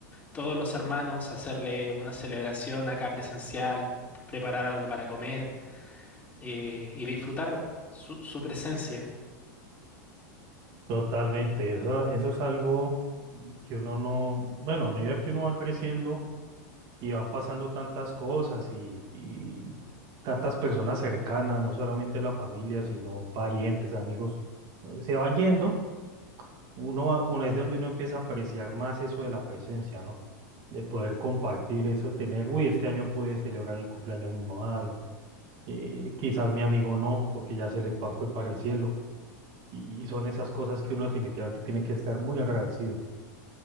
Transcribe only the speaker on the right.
totalmente, eso, eso es algo que uno no, bueno, a medida que uno va creciendo y van pasando tantas cosas y, y tantas personas cercanas, no solamente la familia, sino parientes, amigos, eh, se van yendo. Uno, va- uno es de donde uno empieza a apreciar más eso de la presencia, ¿no? De poder compartir eso, tener, uy, este año pude celebrar el cumpleaños de mi mamá, lo- eh, quizás mi amigo no, porque ya se le pa- fue para el cielo. Y, y son esas cosas que uno definitivamente tiene que estar muy agradecido.